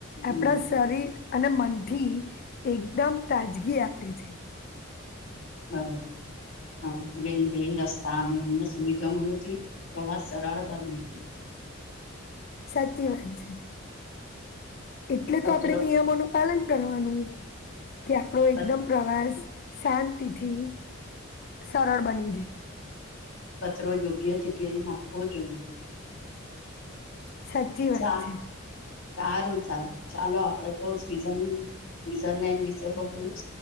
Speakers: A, on the left; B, on the left.
A: હમ
B: આપણા શરીર અને મનથી એકદમ તાજગી આપે છે.
A: હમ્મ હ રેલવે રસ્તા અને અન્ય સુવિધાઓથી પ્રવાસ સરળ બને છે,
B: સાચી વાત છે, એટલે
A: કચરો
B: તો આપડણે નિયમોનું પાલન કરવાનું કે આપડો એકદમ
A: કચ-
B: પ્રવાસ શાંતિથી સરળ બની છે,
A: કચરો યોગ્ય જગ્યાએ નાખવો જોઈએ,
B: સાચી વાત
A: સા
B: છે,
A: સારું થાર ચાલો આપડે તો સ્વઝલેન્ડ સ્વઝરલેન્ડ વિશે બહુ